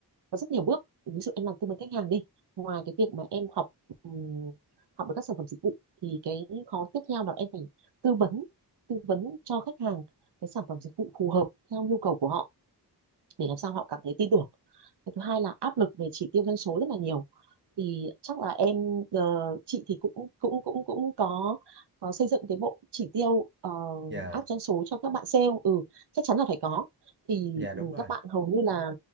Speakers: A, on the right (about 80°); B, on the right (about 30°).
A: có rất nhiều bước ví dụ em làm tư vấn khách hàng đi ngoài cái việc mà em học ừm, học được các sản phẩm dịch vụ thì cái khó tiếp theo là em phải tư vấn tư vấn cho khách hàng cái sản phẩm dịch vụ phù hợp theo nhu cầu của họ để làm sao họ cảm thấy tin tưởng cái thứ hai là áp lực về chỉ tiêu doanh số rất là nhiều thì chắc là em ờ, chị thì cũng cũng cũng cũng có có xây dựng cái bộ chỉ tiêu ờ,
B: dạ
A: áp doanh số cho các bạn sale ừ chắc chắn là phải có thì
B: dạ
A: ừ,
B: đúng rồi
A: các bạn hầu như là